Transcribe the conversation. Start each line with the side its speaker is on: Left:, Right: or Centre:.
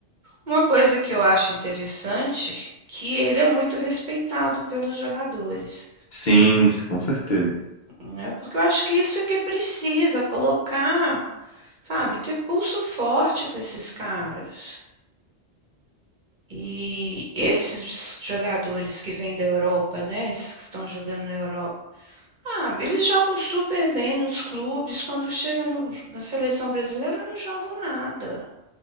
Right: Uma coisa que eu acho interessante, que ele é muito respeitado pelos jogadores,
Left: Sim, com certeza.
Right: né, porque eu acho que isso que precisa, colocar, sabe, ter pulso forte com esses caras. E esses jogadores que vêm da Europa, né? Esses que estão jogando na Europa. Ah, eles jogam super bem nos clubes, quando chega no- na seleção brasileira não jogam nada.